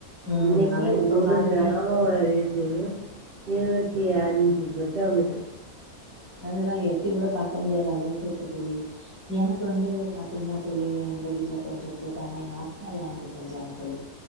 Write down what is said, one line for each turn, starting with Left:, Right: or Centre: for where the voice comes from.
Left: ம்
Right: இன்னைக்கு
Left: அதா இப்ப
Right: ஒரு
Left: பாருங்க
Right: கிராம் மோட ரேட்டு இருவத்தி அஞ்சு சொச்சமேட்டு
Left: அதுலா எட்டி கூட பாக்க முடியாத அளவுக்கு இருக்கு தோழி எனக்கு வந்து பாத்தீங்னா தோழி எங்க வீட்ல கொஞ்ச போட்டாங்க எங்க அக்காலா எனக்கு செஞ்சாங்க தோழி